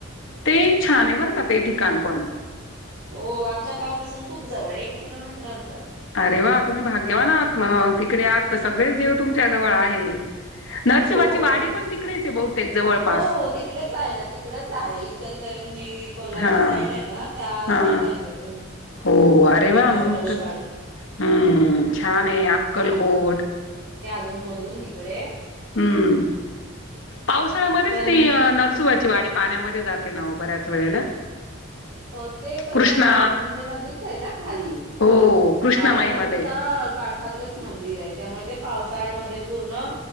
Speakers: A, on the left (about 65°); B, on the right (about 75°).
A: ते एक छानय बरं का ते ठी कान पन,
B: हो आमच्या गावापासून खूप जवळये, एक किलोमीटर अंत
A: अरे वा! तुम्ही भाग्यवान आहात म तिकडे आहात तर सगळेच देव तुमच्या जवळ आहे. नरशिवाची
B: हो
A: वाडी
B: हो
A: पण तिकडेच आहे बहुतेक जवळपास.
B: हो हो तिकडेच आहे ना तिकडेच आहे. इचल करं जी, कोल्हापूर
A: हां,
B: साईड आहेत ना, त्या
A: हां.
B: साईडला येतं ते.
A: हो अरे वा!
B: नरसोबाची
A: मग त
B: वाडी
A: हम्म छानय, अक्कलकोट.
B: धून मधून तिकडे.
A: हम्म, पावसाळ्यामध्येच
B: पण
A: ती नरसुबाची चीवाडी पाण्यामध्ये जाते ना ओ, बऱ्याच वेळेला.
B: अ ते कसं
A: कृष्णा
B: म्हणजे नदीचय ना खाली,
A: हो, कृष्णामाईमध्ये.
B: आणि नदीच्या काठावरच मंदिरय. त्यामुळे ते पावसाळ्यामध्ये पूर्ण